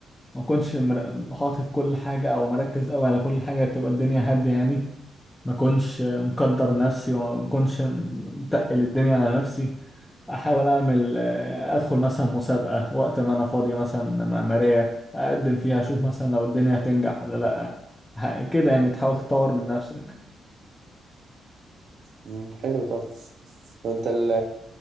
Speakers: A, on the left; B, on the right.
A: ما أكونش مر- حاطط كل حاجة أو مركز أوي على كل حاجة تبقى الدنيا هادية يعني ما أكونش مقدر نفسي وما أكونش متقل الدنيا على نفسي احاول اعمل آه، ادخل مثلا مسابقة وقت ما انا فاضي مثلا معمارية اقدم فيها اشوف مثلا لو الدنيا هتنجح ولا لا ح- كده يعني تحاول تطور من نفسك
B: مم، حلو طب وانت ال